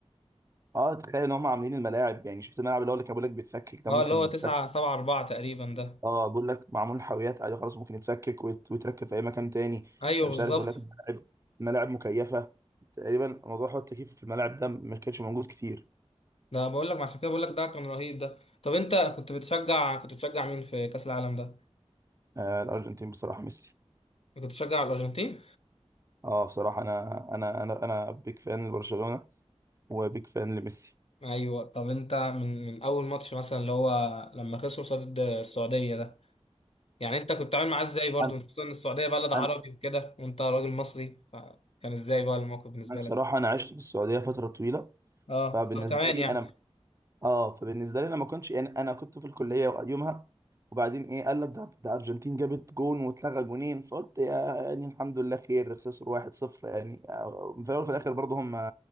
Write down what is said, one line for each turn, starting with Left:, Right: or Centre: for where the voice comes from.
Right: اه تخيل ان هم عاملين الملاعب يعني شفت الملعب اللي هو اللي كان بيقول لك بيتفكك ده
Left: اه
Right: ممكن
Left: اللي هو
Right: يتفكك
Left: 9 7 4 تقريبا ده
Right: اه بقول لك معمول حاويات عادي خلاص ممكن يتفكك ويت- ويتركب في اي مكان تاني
Left: ايوه
Right: آه، مش
Left: بالظبط
Right: عارف بقول لك ملاعب ملاعب مكيفه تقريبا موضوع حوار التكييف في الملاعب ده ما كانش موجود كتير
Left: ده بقول لك عشان كده بقول لك ده كان رهيب ده طب انت كنت بتشجع كنت بتشجع مين في كاس العالم ده
Right: آه الارجنتين بصراحه ميسي
Left: كنت بتشجع الأرجنتين؟
Right: اه بصراحه انا انا انا انا بيك فان لبرشلونه وبيك فان لميسي
Left: أيوة طب أنت من من أول ماتش مثلا اللي هو لما خسروا قصاد السعودية ده يعني أنت كنت عامل معاه إزاي برضه
Right: انا
Left: خصوصا إن السعودية بلد عربي
Right: انا
Left: وكده وأنت راجل مصري فكان إزاي بقى الموقف بالنسبة
Right: أنا بصراحه
Left: لك؟
Right: انا عشت في السعوديه فتره طويله
Left: أه
Right: فبالنسبه
Left: طب كمان
Right: لي
Left: يعني
Right: انا اه فبالنسبه لي انا ما كنتش يعني انا كنت في الكليه يومها وبعدين ايه قال لك ده ده ارجنتين جابت جون واتلغى جونين فقلت يا يعني الحمد لله خير خسر 1-0 يعني آه، في الاول وفي الاخر برضه هم